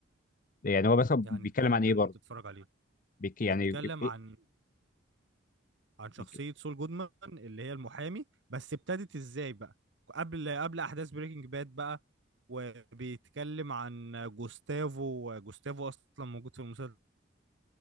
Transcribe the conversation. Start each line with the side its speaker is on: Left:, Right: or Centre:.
Left: يعني هو بس بيتكلم
Right: يعني ده اللي
Left: عن
Right: انت
Left: ايه
Right: لازم
Left: برضه
Right: تتفرج عليه
Left: بيك يعني
Right: بيتكلم
Left: إيه-
Right: عن
Left: إيه-
Right: عن شخصية
Left: بيك...
Right: سول جودمان اللي هي المحامي بس ابتدت ازاي بقى قبل قبل احداث بريكنج باد بقى وبيتكلم عن جوستافو جوستافو اصلا موجود في المسلسل